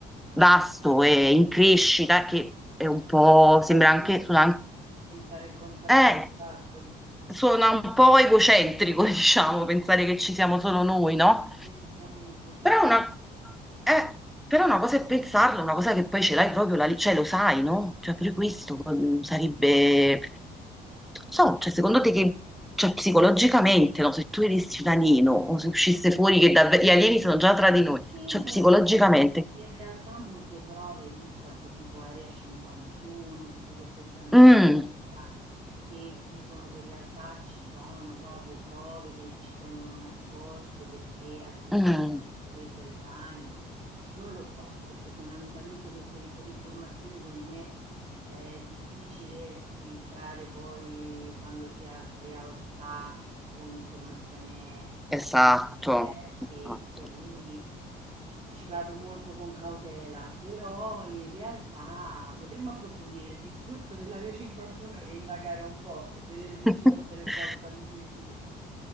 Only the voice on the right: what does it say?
che sarebbe
assurdo
pensare il contrario,
esatto.
Sì,
decisamente sì.
Sembra
che in realtà molte prove, hai visto anche tipo Area 51, tutte queste zone in
America che dicono che in realtà ci sono proprio prove che ci tengono nascoste perché altrimenti
si creerebbe il panico. Non lo so, perché fondamentalmente questo tipo di informazioni secondo me è difficile filtrare poi quando si ha realtà o un'informazione
fake, eh, fake,
quindi ci vado molto con cautela, però in realtà potremmo approfondire il discorso dell'Area 51 e indagare un po' e vedere se
ci sono delle prove tangibili.